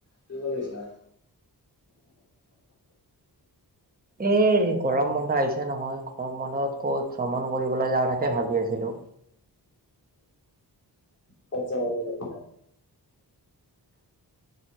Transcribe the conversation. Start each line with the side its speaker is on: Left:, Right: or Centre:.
Left: কি কৰি আছা?
Right: এ গৰম বন্ধ আহিছে নহয় গৰম বন্ধত ক'ত শ্ৰমণ কৰিবলৈ যাওঁ তাকে ভাবি আছো। হনো
Left: পচাব লাগ